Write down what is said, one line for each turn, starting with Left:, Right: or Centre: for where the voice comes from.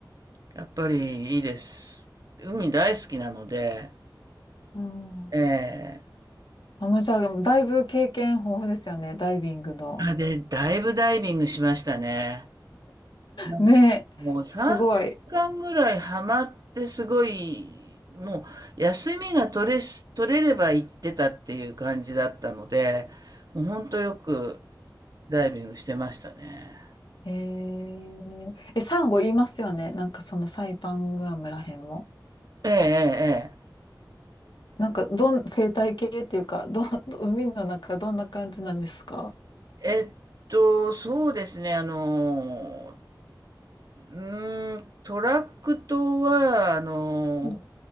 Right: やっぱりいいです。海大好きなので、
Left: うん
Right: ええ
Left: あ、もうじゃあ、だいぶ経験豊富ですよね、ダイビングの。
Right: あ、で、だいぶダイビングしましたね。うん。
Left: ね、
Right: もう3年間ぐらいハマってすごい、
Left: すごい。
Right: もう休みが取れす取れれば行ってたっていう感じだったので、もうほんとよくダイビングしてましたね。
Left: えー、え、サンゴ言いますよね。なんかそのサイパングアムらへんも。
Right: ええええ
Left: なんかどん、生態系っていうか、どん、海の中どんな感じなんですか
Right: ええ。えっと、そうですね、あのうーん、トラック島は、あの、
Left: うん